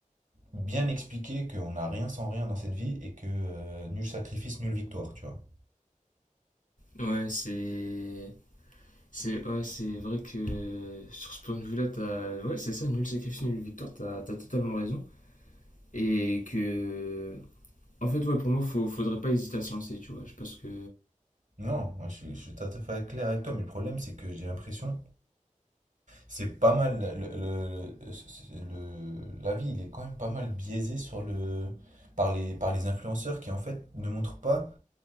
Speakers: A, on the right; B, on the left.
A: bien expliquer qu'on n'a rien sans rien dans cette vie et que euh, nul sacrifice, nulle victoire, tu vois.
B: Ouais, c'est... C'est ouais, c'est vrai que sur ce point de vue-là, t'as... Ouais, c'est ça, nul sacrifice, nulle victoire, t'as, t'as totalement raison. Et que... En fait, ouais, pour moi, faut, faudrait pas hésiter à se lancer, tu vois. Je pense que...
A: Non, moi, je suis, je suis tout à fait clair avec toi, mais le problème c'est que j'ai l'impression C'est pas mal, le, le, le- c'est- le- l'avis, il est quand même pas mal biaisé sur le, par les, par les influenceurs qui en fait ne montrent pas,